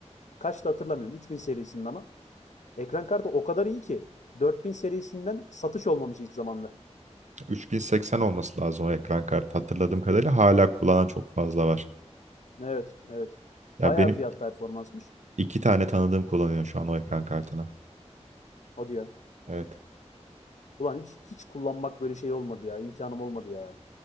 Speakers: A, on the left; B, on the right.
A: kaçtı hatırlamıyorum. 3000 serisinin ama. Ekran kartı o kadar iyi ki 4000 serisinden satış olmamış ilk zamanlar.
B: 3080 olması lazım o ekran kartı. Hatırladığım kadarıyla hala kullanan çok fazla var.
A: Evet, evet.
B: Ya
A: Bayağı
B: benim
A: fiyat performansmış.
B: iki tane tanıdığım kullanıyor şu an o ekran kartını.
A: O diyor.
B: Evet.
A: Ulan hiç hiç kullanmak böyle şey olmadı ya. İmkanım olmadı ya.